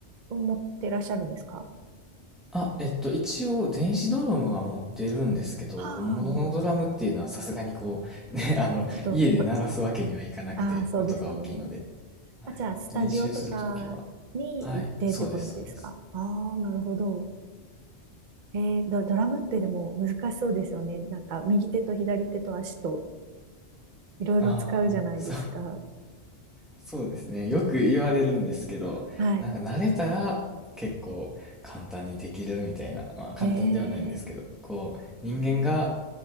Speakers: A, on the right; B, in the centre.
A: 持ってらっしゃるんですか
B: あ、えっと、一応電子ドラムは持ってるんですけど、
A: はあ、
B: 本物のドラムっていうのはさすがにこう、
A: なるほど。
B: ね、<laughs> あの、
A: ちょっと、
B: 家で鳴らすわけにはいかなくて、
A: ばああ、そうですよね。
B: 音が大きいので。はい。
A: あ、じゃあ、スタジオとかに行ってってことですかああ、
B: 練習するときは、はい、そうです、そうです。
A: なるほど。えー、ド、ドラムってでも難しそうですよね。なんか右手と左手と足といろいろ使うじゃないですか。
B: ああ、そうそうですね。よく言われるんですけど、
A: はい。
B: なんか慣れたら結構簡単にできるみたいな、まあ簡単ではないんですけど、
A: ええ
B: こう人間が